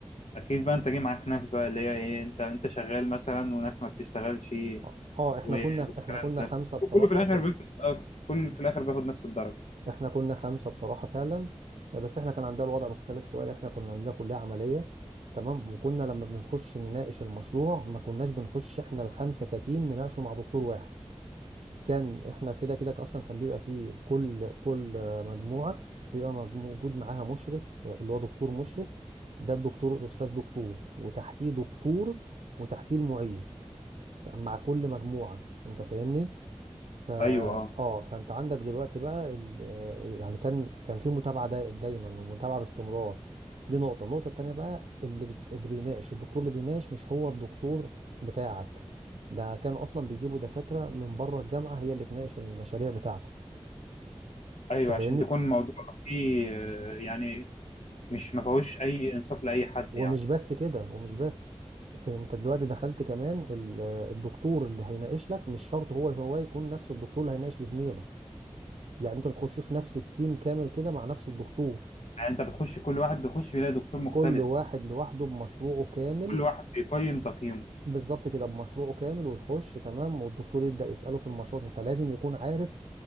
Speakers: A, on the left (about 80°); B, on the right (about 80°).
A: اكيد بقى انت جاي معاك ناس بقى اللي هي ايه انت انت شغال مثلا وناس ما بتشتغلش
B: اه آه، احنا
A: و-
B: كنا
A: والكلام
B: احنا كنا
A: ده
B: خمسه بصراحه
A: وكله في الاخر
B: كنا
A: بياخد اه، كله في الاخر بياخد نفس الدرجة
B: احنا كنا خمسة بصراحة فعلا آه، بس احنا كان عندنا الوضع مختلف شوية لأن احنا كنا عندنا كلية عملية تمام وكنا لما بنخش نناقش المشروع ما كناش بنخش احنا الخمسة كتيم نناقشه مع دكتور واحد كان احنا كده كده اصلا كان بيبقى فيه كل كل آه، مجموعة بيبقى مج- موجود معاها مشرف آه، اللي هو دكتور مشرف ده الدكتور الأستاذ دكتور وتحتيه دكتور وتحتيه المعيد مع كل مجموعة انت فاهمني فا
A: ايوه اه
B: اه فانت عندك دلوقتي بقى ال... آه، يعني كان كان في متابعه داي... دايما ومتابعه باستمرار دي نقطه النقطه التانيه بقى اللي بت- اللي بيناقش الدكتور اللي بيناقش مش هو الدكتور بتاعك ده كانوا اصلا بيجيبوا دكاتره من بره الجامعه هي اللي تناقش المشاريع بتاعتك
A: ايوه
B: انت
A: عشان
B: فاهمني
A: تكون الموضوع فيه اه، يعني مش ما فيهوش اي انصاف لاي حد
B: ومش
A: يعني
B: بس كده ومش بس انت دلوقتي دخلت كمان ال- آه، الدكتور اللي هيناقش لك مش شرط هو هو يكون نفس الدكتور اللي هيناقش لزميلك يعني انت بتخشوش نفس التيم كامل كده مع نفس الدكتور
A: يعني انت بتخش كل واحد بيخش بيلاقي دكتور مختلف
B: كل واحد
A: اصلا
B: لوحده بمشروعه كامل
A: كل واحد بيقيم تقييمه
B: بالظبط كده بمشروعه كامل ويخش تمام والدكتور يبدأ يسأله في المشروع فلازم يكون عارف